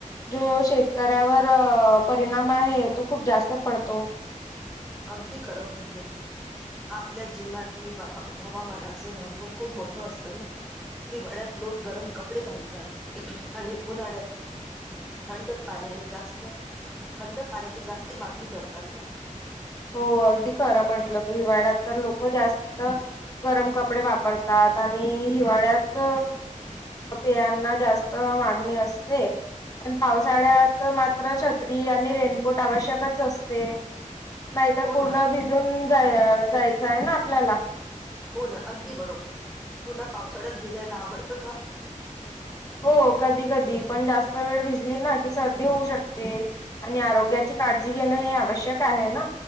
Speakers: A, on the left; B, in the centre.
A: जो शेत कर्यावर परिणाम आहे तो खूप जास्त पडतो.
B: अगदी खरं म्हटलं तू, आपल्या जीवनात हे ब ह हवामानाचं महत्त्व खूप मोठं असतं ना. हिवाळ्यात लोक गरम कपडे घालतात. आणि उन्हाड्यात थंड पाण्याने जास्त, थंड पाण्याची जास्ती मागणी करतात ना.
A: हो अगदी खरं म्हंटलं तू, हिवाळ्यात तर लोक जास्त गरम कपडे वापरतात. त आणि हिवाळ्यात पेयांना जास्त मागणी असते. पण पावसाळ्यात मात्र छत्री आणि रेनकोट आवश्यकच असते. नाहीतर
B: हो
A: पूर्ण
B: ना
A: भिजून जाय जायचाय ना आपल्याला.
B: हो ना अगदी बरोबर. तुला पावसाळ्यात भिजायला आवडतं का?
A: हो कधी कधी पण जास्त वेळ भिजली ना की सर्दी होऊ शकते. आणि आरोग्याची काजी घेण हे आवश्यक आहे ना.